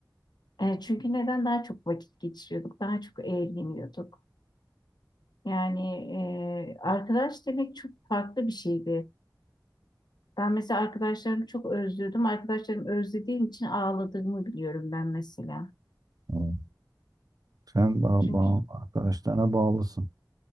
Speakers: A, on the left; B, on the right.
A: E, çünkü neden daha çok vakit geçiriyorduk, daha çok eğleniyorduk. Yani e, arkadaş demek çok farklı bir şeydi. Ben mesela arkadaşlarımı çok özlüyordum. Arkadaşlarımı özlediğim için ağladığımı biliyorum ben mesela.
B: Hmm. Sen bağ,
A: Çünkü
B: bağ, arkadaşlarına bağlısın.